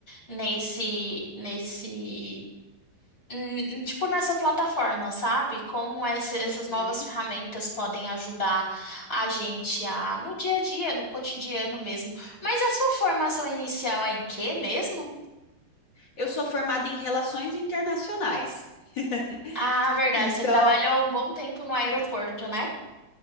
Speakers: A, on the left; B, on the left.
A: nesse, nesse, hum, tipo nessa plataforma, sabe? Como esse- essas
B: Uhum.
A: novas ferramentas podem ajudar a gente a no dia a dia, no cotidiano mesmo. Mas a sua formação inicial é em quê mesmo?
B: Eu sou formada em relações internacionais. <laughs>
A: Ah, verdade.
B: Então,
A: Você trabalhou um bom tempo no aeroporto, né?